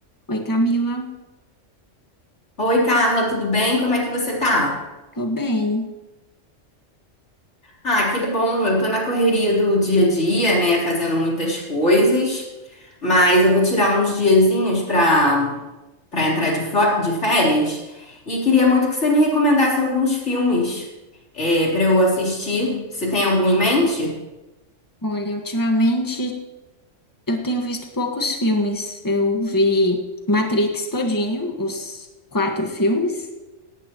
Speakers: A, on the left; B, on the left.
A: Oi, Camila.
B: Oi, Carla, tudo bem? Como é que você tá?
A: Tô bem.
B: Ah, que bom. Eu tô na correria do dia a dia, né, fazendo muitas coisas, mas eu vou tirar uns diazinhos pra, pra entrar de, fo- de férias e queria muito que você me recomendasse alguns filmes é, pra eu assistir. Você tem algum em mente?
A: Olha, ultimamente eu tenho visto poucos filmes. Eu vi Matrix todinho, os quatro filmes,